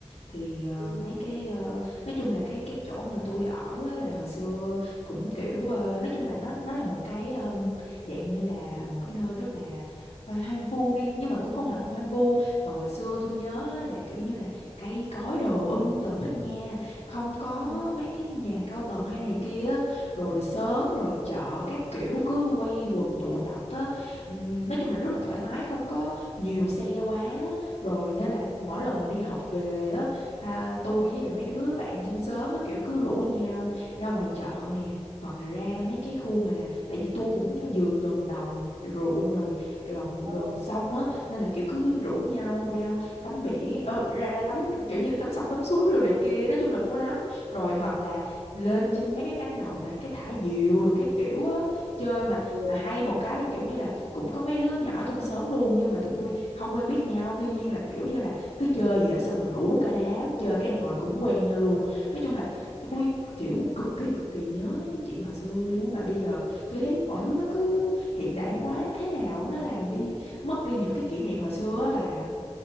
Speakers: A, on the left (about 75°); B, on the right (about 65°).
A: thì ờ,
B: ừ.
A: mấy cái ờ, nói chung là cái cái chỗ mà tôi ở á, là hồi xưa cũng kiểu ờ, nói chung là nó nó là một cái um, dạng như là một cái nơi rất là hoang hoang vu đi nhưng mà cũng không hẳn là hoang vu mà hồi xưa tôi nhớ là kiểu như là cây cối đồ um tùm hết nha không có
B: Ừ.
A: mấy cái nhà cao tầng hay này kia á. rồi sớm
B: ừ,
A: rồi chợ các kiểu cứ quây quần tụ tập á Ừm, nói chung là rất là thoải mái không có nhiều xe quá rồi nên là mỗi lần mà đi học về á à, tôi với lại mấy đứa bạn trong xóm á kiểu cứ rủ nhau ra ngoài chợ nè hoặc là ra mấy cái khu mà tại vì tôi cũng vừa gần đồng ruộng rồi gần
B: Ờ,
A: gần sông á nên là kiểu cứ rủ nhau ra tắm biển ờ, ra ra tắm kiểu như là tắm sông tắm suối đồ này kia nói chung là vui lắm rồi hoặc là lên trên mấy cái cánh đồng nè cái thả diều rồi các kiểu á chơi mà
B: ờ.
A: mà hay một cái là kiểu như là cũng có mấy đứa nhỏ trong xóm luôn nhưng mà tụi tôi không quen biết nhau tuy nhiên là kiểu như là cứ chơi vậy á, xong rồi rủ cả đám chơi cái hồi cũng quen nhau luôn nói chung là tôi kiểu cực kỳ cực kỳ nhớ mấy cái chuyện hồi xưa luôn á mà bây giờ tôi thấy mọi thứ nó cứ hiện đại hóa thế nào á, nó làm đi mất đi những cái kỷ niệm hồi xưa á bà